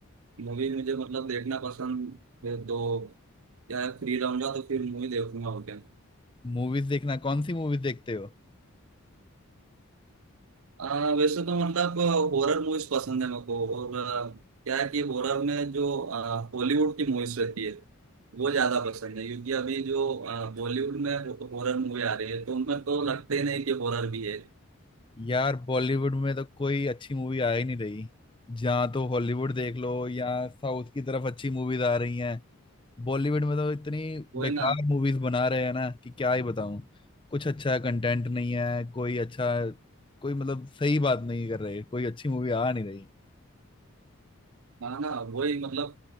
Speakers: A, on the right; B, on the left.
A: मूवी मुझे मतलब देखना पसंद है तो क्या है फ्री रहूंगा तो फिर मूवी देखूंगा ओके
B: मूवीज देखना कौन सी मूवीज देखते हो
A: आ, वैसे तो मतलब हॉरर मूवीज पसंद है मेरे को और अ, क्या है कि हॉरर में जो हॉलीवुड की मूवीज रहती है वो ज्यादा पसंद है क्योंकि अभी जो बॉलीवुड में हॉरर मूवी आ रही है तो उनमें तो लगते ही नहीं कि हॉरर भी है
B: यार बॉलीवुड में तो कोई अच्छी मूवी आ ही नहीं रही जहाँ तो हॉलीवुड देख लो या साउथ की तरफ अच्छी मूवीज आ रही हैं बॉलीवुड में तो इतनी
A: वही
B: बेकार
A: ना
B: मूवीज बना रहे हैं ना कि क्या ही बताऊं कुछ अच्छा कंटेंट नहीं है कोई अच्छा कोई मतलब सही बात नहीं कर रहे कोई अच्छी मूवी आ नहीं रही
A: हाँ ना वही मतलब